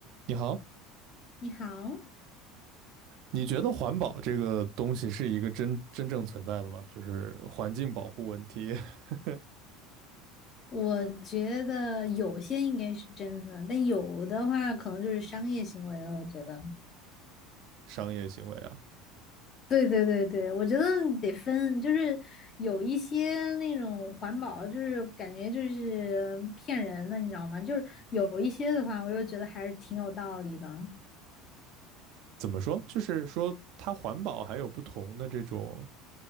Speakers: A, on the right; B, on the left.
A: 你好，
B: 你好，
A: 你觉得环保这个东西是一个真真正存在的吗？就是环境保护问题、<laughs>
B: 我觉得有些应该是真的，但有的话可能就是商业行为了。我觉得，
A: 商业行为啊？
B: 对对对对，我觉得得分，就是有一些那种环保，就是感觉就是骗人的，你知道吗？就是有一些的话，我又觉得还是挺有道理的。
A: 怎么说？就是说它环保还有不同的这种，